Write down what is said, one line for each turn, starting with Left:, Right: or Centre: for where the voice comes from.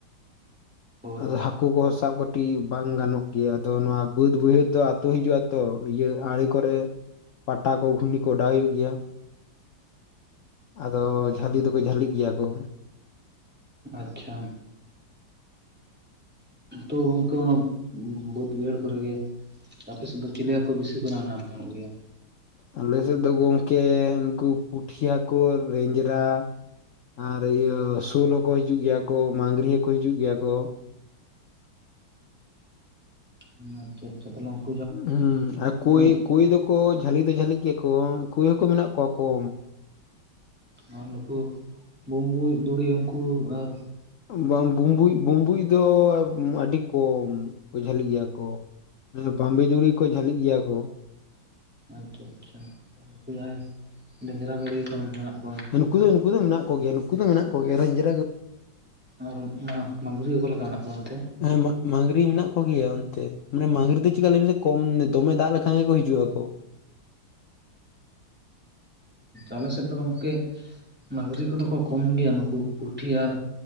Centre: ᱦᱳᱭ
Left: ᱟᱫᱚ ᱦᱟᱹᱠᱩ ᱠᱚ ᱥᱟᱵ ᱠᱟᱹᱴᱤᱡ ᱵᱟᱝ ᱜᱟᱱᱚᱜ ᱜᱮᱭᱟ ᱟᱫᱚ ᱱᱚᱣᱟ ᱵᱟᱹᱫ ᱵᱟᱹᱭᱦᱟᱹᱲ ᱫᱚ ᱟᱛᱩ ᱦᱤᱡᱩᱜ-ᱟ ᱛᱚ ᱤᱭᱟᱹ ᱟᱲᱮ ᱠᱚᱨᱮ ᱯᱟᱴᱟ ᱠᱚ ᱜᱷᱩᱱᱤ ᱠᱚ ᱚᱰᱟᱣ ᱦᱩᱭᱩᱜ ᱜᱮᱭᱟ ᱟᱫᱚ ᱡᱷᱟᱞᱤ ᱫᱚᱠᱚ ᱡᱷᱟᱞᱤᱜ ᱜᱮᱭᱟ ᱠᱚ
Centre: ᱟᱪᱪᱷᱟ ᱛᱚ ᱜᱚᱢᱠᱮ ᱚᱱᱟ ᱵᱟᱹᱫᱽ ᱵᱟᱹᱭᱦᱟᱹᱲ ᱠᱚᱨᱮ ᱜᱮ ᱟᱯᱮ ᱥᱮᱫ ᱫᱚ ᱪᱤᱞᱤ ᱦᱟᱹᱠᱩ ᱵᱤᱥᱤ ᱠᱚ ᱧᱟᱢ ᱧᱟᱢᱚᱜ ᱜᱮᱭᱟ?
Left: ᱟᱞᱮ ᱥᱮᱫ ᱫᱚ ᱜᱚᱢᱠᱮ ᱩᱱᱠᱩ ᱯᱩᱴᱷᱤ ᱦᱟᱠᱩ ᱨᱤᱧᱡᱽᱨᱟ ᱟᱨ ᱤᱭᱟᱹ ᱥᱳᱞ ᱦᱚᱸᱠᱚ ᱦᱤᱡᱩᱜ ᱜᱮᱭᱟ ᱠᱚ ᱢᱟᱹᱝᱜᱽᱨᱤ ᱦᱚᱸᱠᱚ ᱦᱤᱡᱩᱜ ᱜᱮᱭᱟ ᱠᱚ
Centre: <inaudible>
Left: ᱦᱮᱸ ᱟᱨ ᱠᱳᱭ
Centre: ᱵᱩᱢ
Left: ᱠᱳᱭ ᱫᱚᱠᱚ ᱡᱷᱟᱹᱞᱤ ᱫᱚ ᱡᱷᱟᱹᱞᱤᱜ ᱜᱮᱭᱟ ᱠᱚ ᱠᱳᱭ ᱦᱟᱠᱳ ᱢᱮᱱᱟᱜ ᱠᱚᱣᱟ ᱠᱚᱢ
Centre: ᱟᱨ ᱱᱩᱠᱩ ᱵᱩᱢᱵᱩᱡ ᱫᱩᱬᱤ ᱩᱱᱠᱩ ᱟᱨ
Left: ᱵᱟᱝ ᱵᱩᱢᱵᱩᱡ ᱵᱩᱢᱵᱩᱡ ᱫᱚ ᱟᱹᱰᱤ ᱠᱚᱢ ᱠᱚ ᱡᱷᱟᱹᱞᱤᱜ ᱜᱮᱭᱟ ᱠᱚ ᱵᱟᱢᱵᱤ ᱫᱩᱲᱤ ᱠᱚ ᱡᱷᱟᱹᱞᱤᱜ ᱜᱮᱭᱟ ᱠᱚ
Centre: ᱟᱪᱪᱷᱟ ᱟᱪᱪᱷᱟ ᱡᱟᱦᱟᱸᱭ ᱞᱮᱡᱽᱨᱟ ᱜᱟᱹᱲᱭᱟᱹ ᱠᱚ ᱢᱮᱱᱟᱜᱼᱟ
Left: ᱦᱮᱸ ᱱᱩᱠᱩ ᱫᱚ ᱩᱱᱠᱩ ᱫᱚ ᱢᱮᱱᱟᱜ ᱠᱚ ᱜᱮᱭᱟ ᱱᱩᱠᱩ ᱫᱚ ᱢᱮᱱᱟᱜ ᱠᱚ ᱜᱮᱭᱟ ᱨᱮᱧᱡᱮᱫ
Centre: ᱟᱨ ᱚᱱᱟ ᱢᱟᱹᱝᱜᱽᱨᱤ‌ ᱚᱠᱟ ᱞᱮᱠᱟ ᱢᱮᱱᱟᱜ ᱠᱚᱣᱟ ᱚᱱᱛᱮ
Left: ᱦᱮᱸ ᱢᱟ‌ ᱢᱟᱹᱝᱜᱽᱨᱤ ᱢᱮᱱᱟᱜ ᱠᱚ ᱜᱮᱭᱟ ᱚᱱᱛᱮ ᱢᱟᱱᱮ ᱢᱟᱹᱝᱽᱨᱤ ᱫᱚ ᱪᱤᱠᱟ ᱞᱟᱹᱭ ᱢᱮᱥᱮ ᱠᱚᱢ ᱫᱚᱢᱮ ᱫᱟᱜ ᱞᱮᱠᱷᱟᱱ ᱜᱮᱠᱚ ᱦᱤᱡᱩᱜᱼᱟ ᱠᱚ
Centre: ᱟᱞᱮ ᱥᱮᱫ ᱫᱚ ᱜᱚᱢᱠᱮ ᱢᱟᱹᱝᱜᱽᱨᱤ ᱠᱚᱫᱚ ᱠᱚ ᱠᱚᱢ ᱜᱮᱭᱟ ᱱᱩᱠᱩ ᱯᱩᱴᱷᱤ ᱟᱨ